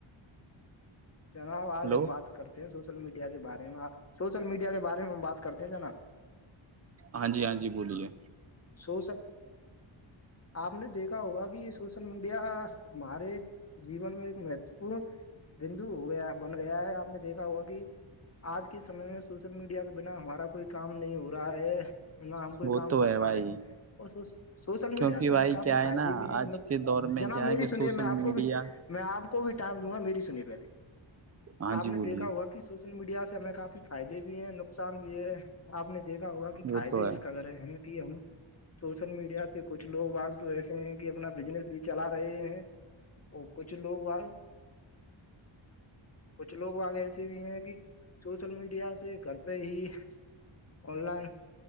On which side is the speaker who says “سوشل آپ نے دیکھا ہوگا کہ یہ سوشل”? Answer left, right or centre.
Left